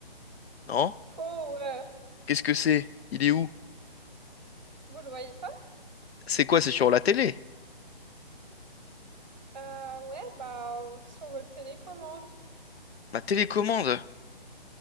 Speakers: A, on the left (about 80°); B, on the right (about 25°).
A: Non?
B: Power.
A: Qu'est-ce que c'est? Il est où?
B: Vous le voyez pas?
A: C'est quoi? C'est sur la télé?
B: Euh, ouais, bah, sur votre télécommande.
A: Ma télécommande?